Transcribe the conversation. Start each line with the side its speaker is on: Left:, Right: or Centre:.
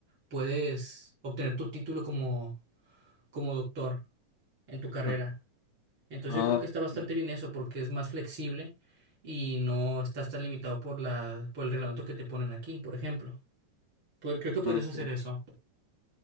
Right: puedes obtener tu título como como doctor en tu carrera.
Left: Ah,
Right: Entonces
Left: ah,
Right: yo creo que está bastante
Left: ok,
Right: bien eso porque es más flexible y no estás tan limitado por la, por el reglamento que te ponen aquí, por ejemplo. Pod- creo que podrías
Left: ok.
Right: hacer eso.